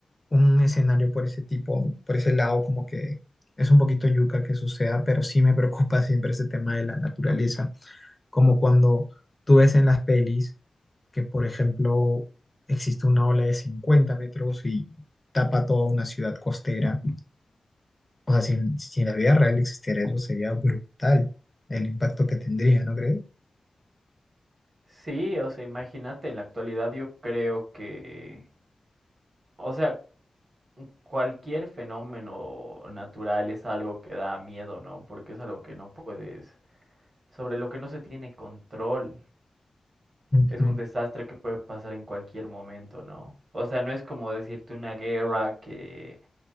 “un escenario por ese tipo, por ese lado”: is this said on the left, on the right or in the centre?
Left